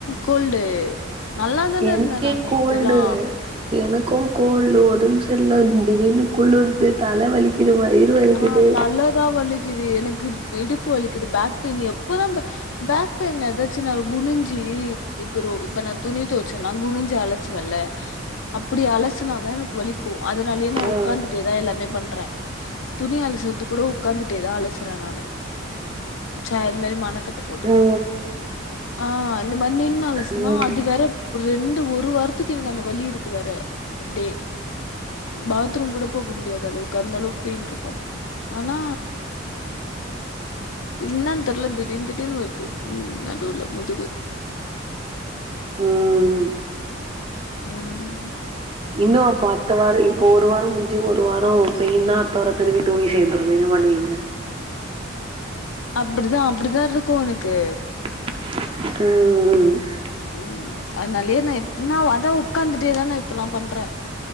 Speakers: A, on the left (about 80°); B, on the right (about 25°).
A: கோல்டு நல்லா தான
B: எனக்கே
A: இருந்தே நா நேத்துலா
B: கோல்டு எனக்கு கோ கோல்டு உடம்பு செரில்ல திடீர்னு குலுர்து தல வலிக்குது இது வயிறு வலிக்குது
A: ஆ தலதா வலிக்குது எனக்கு இடுப்பு வலிக்குது பேக் பெயின் எப்பதா பேக் பெயின் ஏதாச்சு நா குனுஞ்சி இப்ப இப்ப நா துணி துவச்சேன்னா குனுஞ்சி அலசு வல்ல அப்டி அலசுனாதா எனக்கு வலிக்கு அதனாலயே நா
B: ஆ
A: ஒக்காந்துட்டேதா எல்லாமே பண் ண்றே துணி அலசுறது கூட உட்காந்துட்டே தா அலசுறே நானு சேர் மாரி க்கத்து போட்டு
B: ஓ
A: ஆ இந்த மாரி நின்லசுனா
B: ம்
A: அது வேற ரெண்டு ஒரு வாரத்துக்கு எனக்கு அந்த வழி இருக்கு வேற அப்டியே பாத்ரூம் கூட போக முடியாத அளவுக்கு அந்த அளவுக்கு பெயின் இருக்கு ஆனா இன்னனு தெர்ல திடீர்னு திடீர்னு வருது உ நடுவுல முதுகு
B: உம்
A: உம்
B: இன்னு அப்ப அடுத்த வார இப்ப ஒரு வாரம் முடிஞ்சு ஒரு வார பெயின்னா அடுத்த வார திரும்பி துணி சேர்ந்துடு என்ன பண்ணுவீங்க
A: அப்டிதா அப்டிதா இருக்கு உனக்கு
B: ம் உம்
A: உம் அதனாலயே நா நா ஆத உக்காந்துட்டேதா நா இப்பல்லா பண்றே